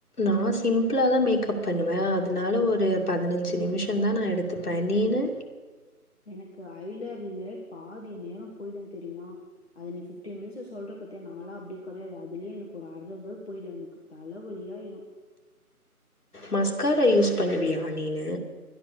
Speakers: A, on the left; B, on the left.
A: நா சிம்பிள தா மேக்கப் பண்ணுவே அதனால ஒரு பதினஞ்சு நிமிஷோ தா நா எடுத்துப்பே நீனு
B: எனக்கு ஐலர்லே பாதி நேரோ போயிடு தெரிமா அது நீ ஃபிப்டீன் மினிட்ஸ் சொல்ற பாத்திய நாளா அப்டி கெடையாது அதுலயே எனக்கு ஒரு அர ஹவர் போயிடு எனக்கு தல வழியாயிடு
A: மஸ்கார யூஸ் பண்ணுவியா நீனு